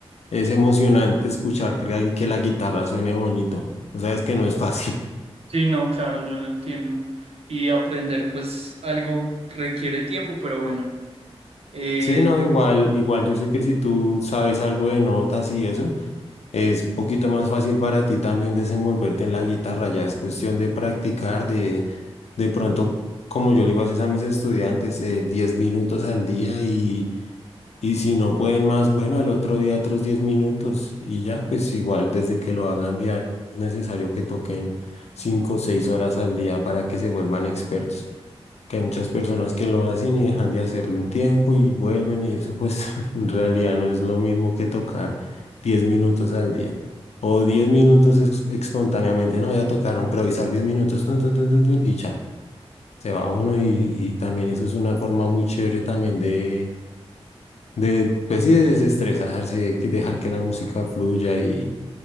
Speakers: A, on the left; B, on the right.
A: es emocionante escuchar que la que la guitarra suene bonito, o sea, es que no es fácil.
B: sí, no, claro, yo lo entiendo. Y aprender, pues, algo requiere tiempo, pero bueno. Eh,
A: Sí, no, igual, igual yo sé que si tú sabes algo de notas y eso, es poquito más fácil para ti también desenvolverte en la guitarra, ya es cuestión de practicar, de, de pronto, como yo le digo a veces a mis estudiantes, eh, 10 minutos al día y, y si no pueden más, bueno, al otro día otros 10 minutos y ya, pues igual desde que lo hagan diario, es necesario que toquen 5 o 6 horas al día para que se vuelvan expertos que hay muchas personas que lo hacen y dejan de hacerlo un tiempo y vuelven y eso pues <laughs> en realidad no es lo mismo que tocar 10 minutos al día o 10 minutos ex- espontáneamente, no voy a tocar, improvisar 10 minutos tun, tun, tun, tun, tun, y ya, se va uno y, y también eso es una forma muy chévere también de, de pues sí, de desestresarse, de que dejar que la música fluya y